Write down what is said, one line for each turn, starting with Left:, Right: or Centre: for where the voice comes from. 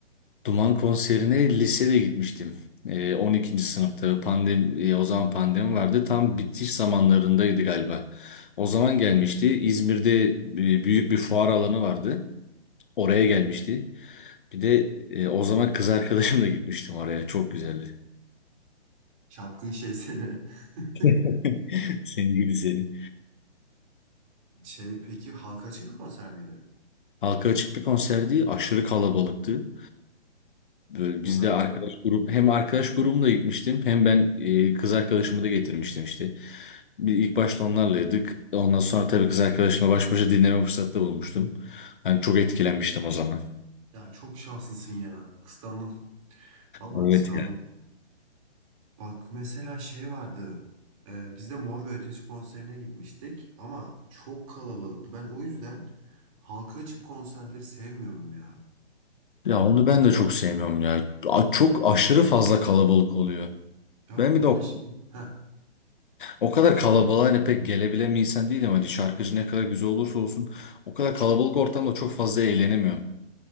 Left: Duman konserine lisede gitmiştim. Ee, 12. sınıfta pandemi, e, o zaman pandemi vardı. Tam bitiş zamanlarındaydı galiba. O zaman gelmişti. İzmir'de e, büyük bir fuar alanı vardı. Oraya gelmişti. Bir de e, o zaman kız arkadaşımla gitmiştim oraya. Çok güzeldi.
Right: Çapkın şey seni. <laughs>
Left: <laughs> Seni gibi seni.
Right: Şey peki halka açık bir konser miydi?
Left: Halka açık bir konserdi. Aşırı kalabalıktı. Böyle biz
Right: Aha.
Left: de arkadaş grup hem arkadaş grubumla gitmiştim hem ben e, kız arkadaşımı da getirmiştim işte. Bir ilk başta onlarlaydık. Ondan sonra tabii kız arkadaşımla baş başa dinleme fırsatı da bulmuştum. Ben çok etkilenmiştim o zaman.
Right: Ya çok şanslısın ya. Kıskandım. Vallahi
Left: Evet
Right: kıskandım.
Left: ya.
Right: Bak mesela şey vardı. Ee, biz de Mor ve Ötesi konserine gitmiştik ama çok kalabalıktı. Ben o yüzden halka açık konserleri sevmiyorum ya.
Left: Ya onu ben de çok sevmiyorum ya. A- Çok aşırı fazla kalabalık oluyor.
Right: Ya
Left: Ben
Right: böyle
Left: bir de o,
Right: şey. Heh.
Left: o kadar kalabalığa hani pek gelebilen bir insan değilim. Hani şarkıcı ne kadar güzel olursa olsun o kadar kalabalık ortamda çok fazla eğlenemiyorum.